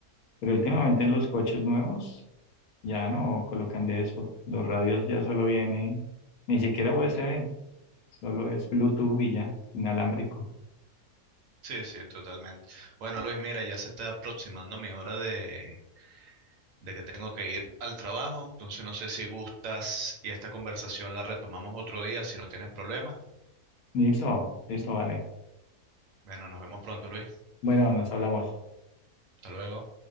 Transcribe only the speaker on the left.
pero últimamente en los coches nuevos ya no colocan de eso. Los radios ya solo viene, ni siquiera USB, solo es Bluetooth y ya, inalámbrico.
Listo, listo, vale.
Bueno, nos hablamos.